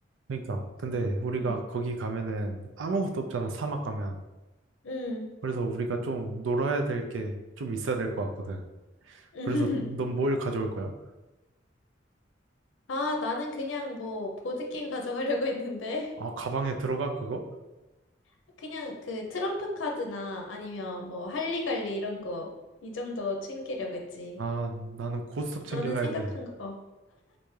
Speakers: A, on the right; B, on the left.
A: 그러니까 근데
B: 그럼,
A: 우리가
B: 응,
A: 거기 가면은 아무것도 없잖아 사막 가면.
B: 응.
A: 그래서 우리가 좀 놀아야 될 게 좀 있어야 될 것 같거든.
B: <laughs>
A: 그래서 넌 뭘 가져올 거야?
B: 아, 나는 그냥 뭐, 보드게임 가져가려고 했는데.
A: 아 가방에 들어가 그거?
B: <laughs> 그냥 그 트럼프 카드나 아니면 뭐, 할리갈리 이런 거, 이 정도 챙기려고 했지.
A: 아 나는 고스톱 챙길라
B: 너는 생각한
A: 했는데
B: 거, 어.